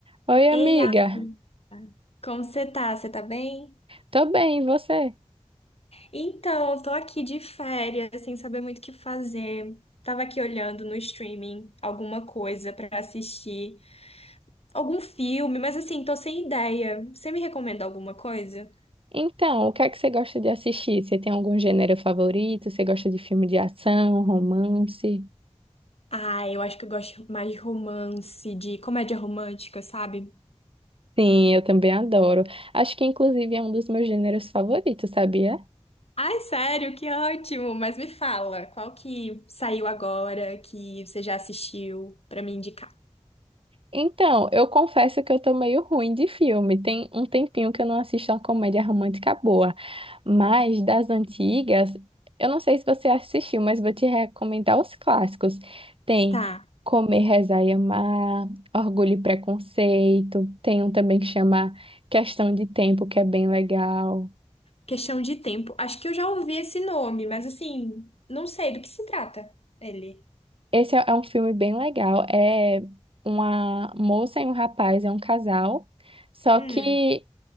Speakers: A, on the right (about 50°); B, on the left (about 55°).
A: Oi, amiga.
B: Ei, Aline, como você tá? Você tá bem?
A: Tô bem, e você?
B: Então, eu tô aqui de férias, sem saber muito o que fazer. Tava aqui olhando no streaming alguma coisa pra assistir, algum filme, mas assim, tô sem ideia. Você me recomenda alguma coisa?
A: Então, o que é que você gosta de assistir? Você tem algum gênero favorito? Você gosta de filme de ação, romance?
B: Ah, eu acho que eu gosto mais de romance, de comédia romântica, sabe?
A: Sim, eu também adoro. Acho que inclusive é um dos meus gêneros favoritos, sabia?
B: Ai, sério, que ótimo! Mas me fala, qual que saiu agora que você já assistiu pra me indicar?
A: Então, eu confesso que eu tô meio ruim de filme. Tem um tempinho que eu não assisto uma comédia romântica boa. Mas das antigas, eu não sei se você assistiu, mas vou te recomendar os clássicos. Tem
B: Tá.
A: Comer, Rezar e Amar, Orgulho e Preconceito. Tem um também que chama Questão de Tempo, que é bem legal.
B: Questão de tempo. Acho que eu já ouvi esse nome, mas assim, não sei do que se trata ele.
A: Esse é é um filme bem legal. É uma moça e um rapaz, é um casal. Só
B: Hum.
A: que